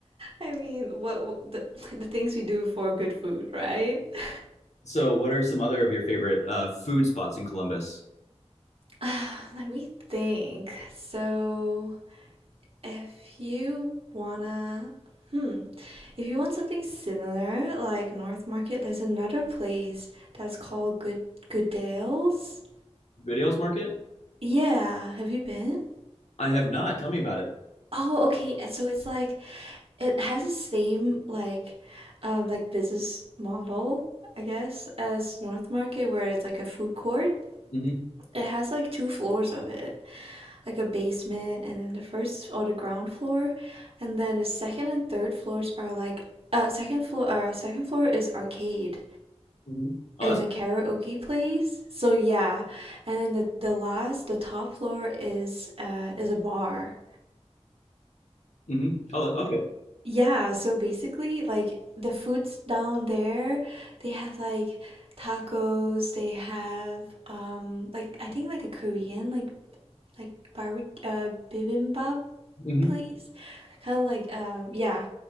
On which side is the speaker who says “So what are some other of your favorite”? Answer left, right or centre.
Left